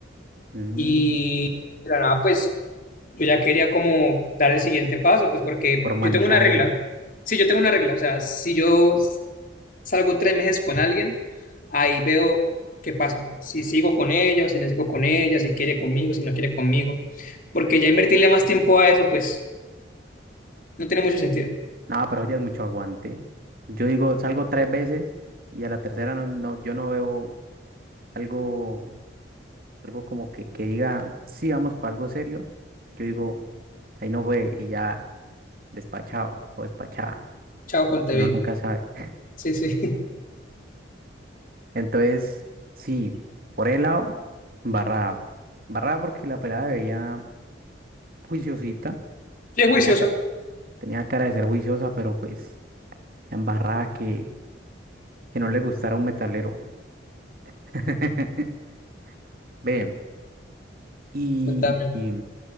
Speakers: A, on the right; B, on the left.
A: Mm,
B: Y de la nada, pues yo ya quería como dar el siguiente paso, pues porque
A: formalizar
B: yo tengo una regla.
A: eso.
B: Sí, yo tengo una regla, o sea, si yo salgo tres meses con alguien, ahí veo qué pasa, si sigo con ella, o si no sigo con ella, si quiere conmigo, si no quiere conmigo, porque ya invertirle más tiempo a eso, pues no tiene mucho sentido.
A: No, pero ya es mucho aguante. Yo digo, salgo tres veces y a la tercera no, no, yo no veo algo algo como que, que diga, sí, vamos para algo serio, yo digo, ahí no fue y ya despachado o despachada,
B: Chao Contevi.
A: uno nunca sabe.
B: Sí, sí. <laughs>
A: <laughs> Entonces, sí, por el lado, barrada. Barrada porque la pelada veía juiciosita,
B: Sí, es juiciosa.
A: tenía, ca- tenía cara de ser juiciosa, pero pues embarrada que, que no le gustara un metalero. <laughs> Ve, y,
B: Contame.
A: y,